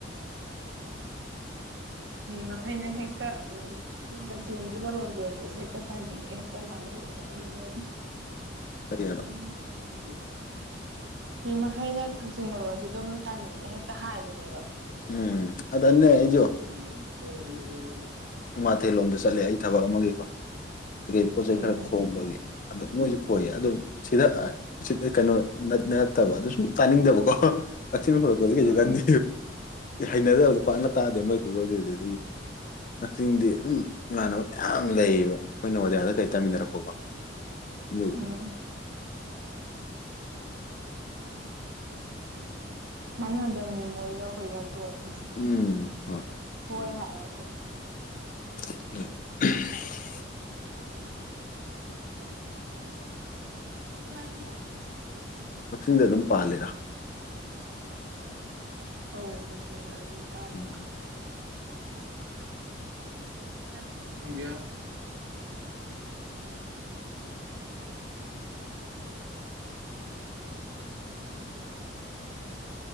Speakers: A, on the right (about 70°); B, on the left (about 45°).
A: ꯃꯤ ꯃꯈꯩꯅ ꯍꯦꯛꯇ ꯎꯝ ꯀꯥꯛꯆꯤꯛꯒꯤ ꯃꯔꯣꯜ ꯂꯣꯟꯕꯁꯦ ꯍꯦꯛꯇ ꯇꯥꯟꯅꯤꯡꯉꯦ ꯍꯛꯇ ꯍꯥꯕꯅꯦ
B: ꯀꯔꯤꯑꯕ
A: ꯑ <inaudible> ꯐ ꯃꯈꯩꯅ ꯀꯛꯆꯤꯡ ꯃꯔꯣꯟꯁꯦ ꯑꯗꯨꯝ ꯇꯥꯅꯤꯡꯉꯦ ꯍꯥꯢ ꯍꯥꯏꯕꯅꯦꯕ
B: ꯎꯝ ꯑꯗꯅꯦ
A: ꯀꯧꯋ
B: ꯑꯩꯁꯨ
A: <inaudible>
B: ꯎꯃꯥꯊꯦꯜꯂꯣꯝꯗ ꯆꯠꯂꯦ ꯑꯩ ꯊꯕꯛ ꯑꯃꯒꯤꯀꯣ ꯀꯀꯩ ꯄꯣꯠ ꯆꯩꯩ
A: ꯎꯝ
B: ꯈꯔ ꯈꯣꯝꯕꯒꯤ ꯃꯣꯏꯖꯨ ꯈꯣꯏꯌꯦ ꯑꯗꯨ ꯁꯤꯗ ꯑ ꯁꯤꯗ ꯀꯩꯅꯣ ꯅꯠꯇꯕ ꯑꯗꯨ ꯁꯨꯝ ꯇꯥꯅꯤꯡꯗꯕꯀꯣ ꯀꯥꯛꯆꯤꯡꯕ ꯈꯣꯢꯔꯛꯄꯗꯤ ꯀꯩꯁꯨ
A: ꯎꯝ
B: ꯈꯥꯟꯗꯦ ꯍꯩꯅꯗꯕꯗꯣ ꯄꯥꯛꯅ ꯇꯥꯗꯦ ꯃꯣꯏ ꯈꯨꯈꯣꯢꯗꯨꯗꯤ ꯀꯛꯆꯤꯡꯗꯤ ꯑꯗꯨꯝ ꯏꯃꯥꯟꯅꯕ ꯃꯌꯥꯝ ꯂꯩꯌꯦꯕ ꯑꯩꯈꯣꯏꯅ ꯅꯣꯕꯣꯗꯤꯌꯥꯗ ꯀꯩ ꯇꯥꯃꯤꯟꯅꯔꯛꯄꯀꯣ ꯑꯗꯨ
A: ꯎꯝ ꯃꯥꯟꯅꯗꯕꯅꯦ ꯃꯣꯏꯒ ꯑꯈꯣꯏꯒ ꯂꯣꯟꯁꯦ
B: ꯎꯝ ꯍꯣꯏ
A: ꯈꯣꯏ ꯍꯥꯏꯔꯁꯨ
B: ꯑ <inaudible>
A: <inaudible>
B: ꯀꯛꯆꯤꯡꯗ ꯑꯗꯨꯝ ꯄꯥꯜꯂꯤꯔꯥ
A: ꯑꯝ ꯀꯥꯛꯆꯤꯛ ꯗ ꯑꯗꯨꯝ ꯄꯥꯜꯂꯦ
B: ꯎꯝ
A: ꯀ ꯁꯗꯤꯌꯥ <inaudible> <unintelligible>